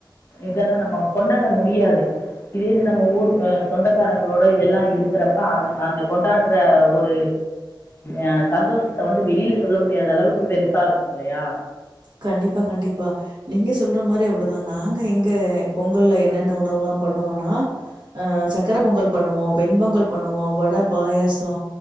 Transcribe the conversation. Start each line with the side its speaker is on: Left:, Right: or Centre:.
Left: இதெல்லா நாம கொண்டாட முடியாது இதே இது நம்ம ஊர் ஆ சொந்தக்காரங்களோட எல்லா இருக்கறப் அ அது அந்த கொண்டாட்ற ஒரு ஆ சந்தோஷத்த வந்து வெளியில சொல்ல முடியாதளவுக் பெருசா இருக்கு இல்லயா
Right: கண்டிப்பா கண்டிப்பா நீங்க சொல்ற மாரி அப்டிதா நாங்க எங்க பொங்கல்ல என்னென்ன உணவுலா பண்ணுவோனா ஆ சக்கர பொங்கல் பண்ணுவோ வெண்பொங்கல் பண்ணுவோ வட பாயாசோ